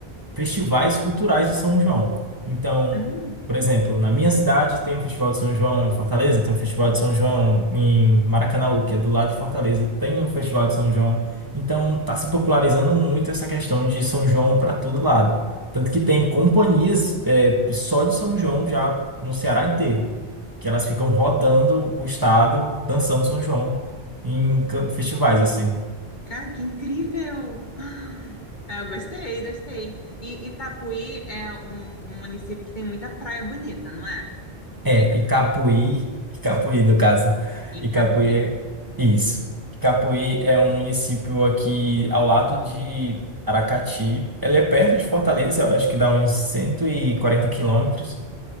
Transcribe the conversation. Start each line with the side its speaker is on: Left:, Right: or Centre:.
Right: festivais culturais de São João. Então,
Left: Hum,
Right: por exemplo, na minha cidade tem o Festival de São João, em Fortaleza tem o Festival de São João, em Maracanaú, que é do lado de Fortaleza, tem o Festival de São João. Então, está se popularizando muito essa questão de São João para todo lado. Tanto que tem companhias é, só de São João já no Ceará inteiro, que elas ficam rodando o estado dançando São João em ca- festivais, assim.
Left: cara, que incrível! Ah, é, eu gostei, gostei. E Itapuí é um, um município que tem muita praia bonita, não é?
Right: É,
Left: É Itapuí.
Right: Icapuí, Icapuí no caso,
Left: Icapuí.
Right: Icapuí, é- isso. Icapuí é um município aqui ao lado de Aracati. Ele é perto de Fortaleza, eu acho que dá uns 140 quilômetros